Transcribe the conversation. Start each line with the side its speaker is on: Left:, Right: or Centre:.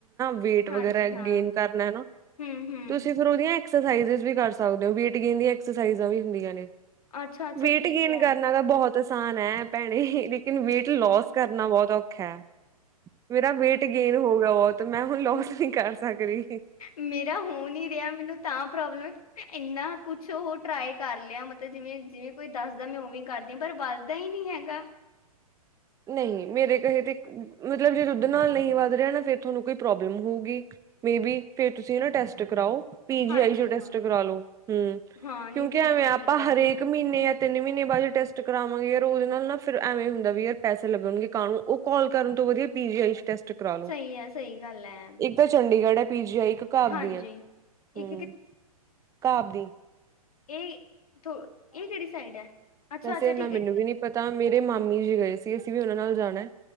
Right: ਵੇਟ
Left: ਹਾਂਜੀ
Right: ਵਗੈਰਾ ਗੇਨ
Left: ਹਾਂ
Right: ਕਰਨਾ ਨਾ,
Left: ਹਮ ਹਮ
Right: ਤੁਸੀਂ ਫਿਰ ਉਹਦੀ ਐਕਸ ਐਕਸਰਸਾਈ਼ਜ ਵੀ ਕਰ ਸਕਦੇ ਹੋ, ਵੇਟ ਗੇਨ ਦੀਆਂ ਐਕਸਰਸਾਈਜ਼ਾਂ ਵੀ। ਹੁੰਦੀਆਂ ਨੇ।
Left: ਅੱਛਾ ਅੱਛਾ
Right: ਵੇਟ
Left: ਠੀਕ
Right: ਗੇਨ
Left: ਹੈ
Right: ਕਰਨਾ ਤਾਂ ਬਹੁਤ। ਅਸਾਨ ਐ ਭੈਣੇ ਇਹ। ਲੇਕਿਨ ਵੇਟ ਲੋਸ ਕਰਨਾ ਬਹੁਤ ਔਖਾ ਮੇਰਾ ਵੇਟ ਗੇਨ ਹੋ ਗਿਆ ਬਹੁਤ, ਮੈਂ ਹੁਣ ਲੋਸ
Left: ਮ-
Right: ਨਹੀਂ ਕਰ ਸਕਦੀ।
Left: ਮੇਰਾ ਹੋ ਨਹੀਂ ਰਿਹਾ ਮੈਨੂੰ ਤਾਂ ਪ੍ਰੋਬਲਮ ਹੈ ਕਿ ਮੈਂ ਇੰਨਾ ਕੁਛ ਉਹ ਟ੍ਰਾਈ ਕਰ ਲਿਆ, ਮਤਲਬ ਜਿਵੇਂ, ਜਿਵੇਂ ਕੋਈ ਦੱਸਦਾ ਮੈਂ ਉਵੇ ਹੀ ਕਰਦੀ ਹਾਂ, ਪਰ ਵੱਧਦਾ ਹੀ ਨਹੀਂ ਹੈਗਾ।
Right: ਨਹੀਂ ਮੇਰੇ ਕਹੇ ਤੇ, ਮਤਲਬ ਜੇ ਦੁੱਧ ਨਾਲ ਨਹੀਂ ਵੱਧ ਰਿਹਾ ਨਾ ਫੇਰ ਤੁਹਾਨੂੰ ਕੋਈ ਪ੍ਰੋਬਲਮ ਹੋਊਗੀ, ਮੇ ਬੀ। ਫੇਰ ਤੁਸੀਂ ਨਾ ਟੈਸਟ ਕਰਾਓ। ਪੀ ਜੀ
Left: ਹਾਂਜੀ
Right: ਆਈ ਚੋਂ ਟੈਸਟ
Left: ਹਾਂ,
Right: ਕਰਾ ਲੋ। ਹੰ,
Left: ਹਾਂ ਨਹੀਂ
Right: ਕਿਉਂਕਿ
Left: ਠੀਕ
Right: ਐਵੇਂ
Left: ਹੈ
Right: ਆਪਾਂ
Left: ਠੀਕ ਹੈ।
Right: ਹਰੇਕ ਮਹੀਨੇ ਤਿੰਨ ਮਹੀਨੇ ਬਾਅਦ ਜੋ ਟੈਸਟ ਕਰਾਵਾਂਗੇ, ਯਾਰ ਉਹਦੇ ਨਾਲ ਨਾ ਫਿਰ। ਫਿਰ ਐਵੇਂ ਹੁੰਦਾ ਵੀ ਯਾਰ ਪੈਸੇ ਲੱਗਣਗੇ ਕਾਹਨੂੰ, ਉਹ ਕਾਲ ਕਰਨ ਤੋਂ ਵਧੀਆ ਪੀ ਜੀ ਆਈ ਚ ਟੈਸਟ ਟੈਸਟ ਕਰਾਲੋ,
Left: ਸਹੀ ਹੈ ਸਹੀ ਗੱਲ ਹੈ,
Right: ਇੱਕ ਤਾਂ ਚੰਡੀਗੜ੍ਹ ਹੈ ਪੀ ਜੀ ਆਈ, ਇੱਕ ਘਾਬਦੀ
Left: ਹਾਂਜੀ
Right: ਹੈ, ਹੂੰ।
Left: ਇੱਕ
Right: ਘਾਬਦੀ।
Left: ਏ ਥੋ, ਇਹ ਕਿਹੜੀ ਸਾਈਡ ਹੈ? ਅੱਛਾ
Right: ਵੈਸੇ
Left: ਅੱਛਾ
Right: ਇਨਾ
Left: ਠੀਕ
Right: ਮੈਨੂੰ
Left: ਹੈ ਠੀਕ
Right: ਵੀ
Left: ਹੈ,
Right: ਨੀ ਪਤਾ, ਮੇਰੇ ਮਾਮੀ ਜੀ ਗਏ ਸੀ। ਅਸੀਂ ਵੀ ਉਹਨਾਂ ਨਾਲ ਜਾਣਾ।